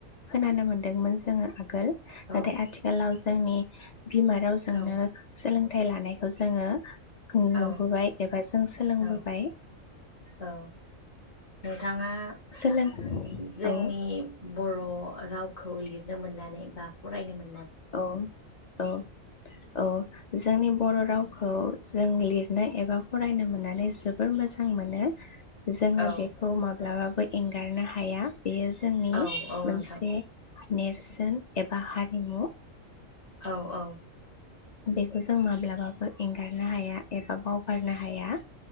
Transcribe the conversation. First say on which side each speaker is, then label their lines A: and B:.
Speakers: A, on the left; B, on the left.
A: खोनानो मोनदोंमोन जोङो आगोल
B: औ
A: नाथाय आथिखालाव जोंनि बिमा रावजोंनो
B: औ
A: सोलोंथाइ लानायखौ जोङो नु-नुबोबाय
B: औ
A: एबा जों सोलोंबोबाय।
B: औ औ नोंथाङा उम
A: सोलों
B: जोंनि
A: औ
B: ब' र' रावखौ लिरनो मोननानै बा फरायनो मोन
A: औ औ औ जोंनि बर' रावखौ जों लिर नो एबा फरायनो मोननानै जोबोर मोजां मोनो जोङो
B: औ
A: बेखौ माब्लाबा बो एंगारनो हाया। बेयो जोंनि
B: औ औ
A: मोनसे
B: नोंथां
A: नेरसोन एबा हारिमु।
B: औ औ।
A: बेखौ जों माब्लाबा बो एंगारनो हाया एबा बावगारनो हाया